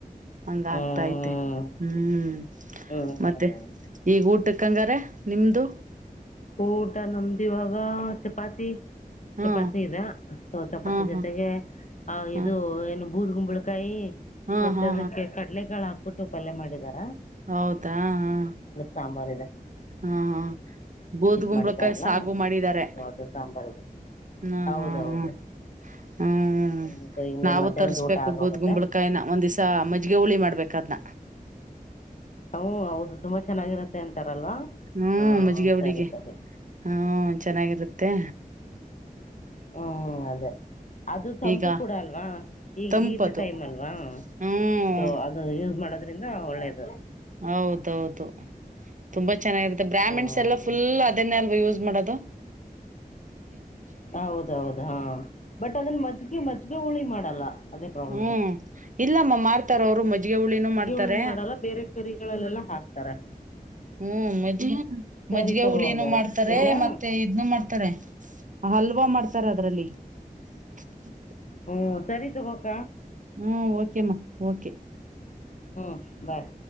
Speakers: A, on the right; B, on the left.
A: ಹಂಗ
B: ಹ್ಮ್
A: ಆಗ್ತಾ ಐತೆ ಹ್ಮ್
B: ಹ್ಮ್ ಹ್ಮ್
A: ಮತ್ತೆ
B: ಹ್ಮ್
A: ಈಗ ಊಟಕ್ ಕಂಗಾರೆ ನಿಮ್ದು
B: ಊಟ ನಮ್ದಿವಾಗ ಚಪಾತಿ
A: ಹಾ
B: ಚಪಾತಿದ ಹು ಚಪಾತಿ
A: ಹಾ
B: ಜೊತೆಗೆ
A: ಹಾ
B: ಹ
A: ಹಾ
B: ಇದು ಏನು ಬೂದಗುಂಬಳಕಾಯಿ-
A: ಹಾ
B: ಮತ್ತೆ
A: ಹಾ
B: ಅದಕ್ಕೆ ಕಡಲೆಕಾಳ ಹಾಕ್ ಕುಟ್ಟು ಪಲ್ಲೆ ಮಾಡಿದರ್.
A: ಹೌದ ಹಾ
B: ಸಾಂಬಾರ್ದೆ
A: ಹಾ ಹಾ ಬೂದ್ ಗುಂಬಳಕಾಯಿ
B: ಮಾಡಿದ್ದಾರಲ್ಲ
A: ಸಾಗು ಮಾಡಿದಿದ್ದಾರೆ
B: ಸೊ ಅದು ಸಾಂಬಾರಿದೆ
A: ಹ್ಮ
B: ಹೌದೌದು
A: ಹಾ ಹಾ ಹ್ಮ್ ಹ್ಮ್
B: ಹ್ಞೂ ಸೊ ಇನ್ನೇನು
A: ನಾವು
B: ಮಧ್ಯಾಹ್ನದ
A: ತರ್ಸ್ಬೇಕು
B: ಊಟ ಆಗೋಗುತ್ತೆ
A: ಬೂದ್ಗುಂಬಳಕಾಯನ ಒಂದಿಸಾ ಮಜ್ಜಿಗೆ ಹುಳಿ ಮಾಡಬೇಕಾದನ್ನ
B: ಹ ಹೌದು ತುಂಬಾ ಚೆನ್ನಾಗಿರತ್ತೆ ಅಂತಾರಲ್ವಾ
A: ಹ್ಮ್
B: ಹಾಂ
A: ಮಜ್ಜಿಗೆ ಹುಳಿಗೆ
B: ಸರಿ ಸರಿ
A: ಹ್ಮ ಚೆನ್ನಾಗಿರು ತ್ತೆ
B: ಹ್ಮ ಅದೇ ಅದು ತಂಪು
A: ಈಗ
B: ಕೂಡ ಅಲ್ವಾ ಈಗ
A: ತಂಪದು
B: ಹಿಟ್ ಟೈಮ್ ಅಲ್ವಾ
A: ಹ್ಮ್
B: ಸೊ ಅದು ಯೂಸ್ ಮಾಡದಕ್ ಯಿಂದ ಒಳ್ಳೆದು
A: ಹೌದೌದು ತುಂಬ ಚೆನ್ನಾಗಿರುತ್ತೆ ಬ್ರಾಹಿಣ್ಸ್
B: ಹ್ಮ್
A: ಎಲ್ಲ ಫುಲ್ ಅದನ್ನೆ ಯೂಸ್ ಮಾಡದು
B: ಹೌದ ಹೌದು ಹಾ ಬಟ್ ಅದನ್ನ ಮಜ್ಜಿಗೆ ಮಜ್ಜಿಗೆ ಹುಳಿ ಮಾಡಲ್ಲ ಅದೇ ಪ್ರಾಬ್ಲಮು
A: ಹ್ಮ್ ಇಲ್ಲಮ್ಮ ಮಾಡ್ ಮಾಡತಾರ ಅವ್ರು ಮಜ್ಜಿಗೆ ಹುಳಿನೂ ಮಾಡ್ತಾರೆ
B: ಹುಳಿ ಮಾಡಲ್ಲ ಬೇರೆ ಕರಿಗಳಲ್ಲೆಲ್ಲ ಹಾಕ್ತಾರೆ
A: ಹ್ಮ್ ಮಜ್
B: ಸರಿ
A: ಮಜ್ಿಗೆ
B: ತಗೋ
A: ಹುಳಿನೂ
B: ಹಂಗಾರ
A: ಮಾಡ್ತಾರೆ
B: ಇಡ್ಲಾ
A: ಮತ್ತೆ ಇದ್ನ್ನು ಮಾಡ್ತಾರೆ ಹಲ್ವಾ ಮಾಡ್ತಾರೆ ಅದ್ರಲ್ಲಿ <inaudible>
B: ಹ್ಮ ಸರಿ <unintelligible> ಗಕ
A: ಹ್ಮ ಓಕೆಮ್ಮ ಓಕೆ
B: ಹ್ಮ್ ಬಾಯ್